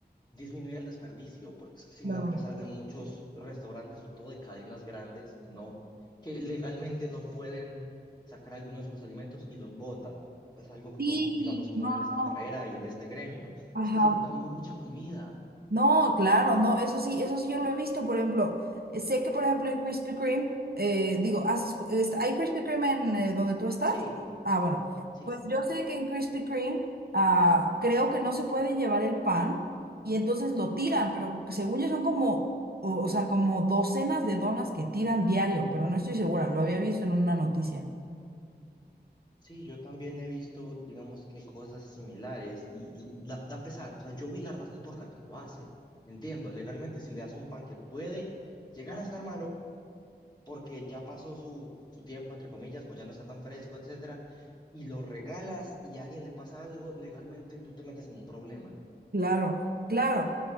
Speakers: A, on the left (about 25°); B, on the right (about 60°).
A: disminuir el desperdicio, porque es que sí
B: Claro.
A: me da pesar de muchos restaurantes, sobre todo de cadenas grandes, que no, que legalmente no pueden sacar alguno de sus alimentos y los botan. Es algo que
B: Sí,
A: uno, digamos que uno
B: no,
A: ve en esta
B: no,
A: carrera y en este gremio.
B: ajá,
A: Es que se bota mucha comida.
B: No, claro, no, eso sí, eso sí yo lo he visto, por ejemplo, eh, sé que por ejemplo en Krispy Kreme, eh, digo, ¿has escu- est- ¿hay Krispy Kreme en eh, donde tú estás?
A: Sí,
B: Ah, bueno,
A: sí,
B: pues
A: sí.
B: yo sé que en Krispy Kreme ah, creo que no se pueden llevar el pan y entonces lo tiran, pero según yo son como, o, o sea, como docenas de donas que tiran diario, pero no estoy segura, lo había visto en una noticia.
A: Sí, yo también he visto, digamos que cosas similares y la- da pesar, o sea, yo vi la razón por la que lo hace. Entiendo, legalmente si le das un pan que puede llegar a estar malo porque ya pasó su, su tiempo, entre comillas, o ya no está tan fresco, etcétera, y lo regalas y a alguien le pasa algo, legalmente tú te metes en un problema.
B: Claro, claro.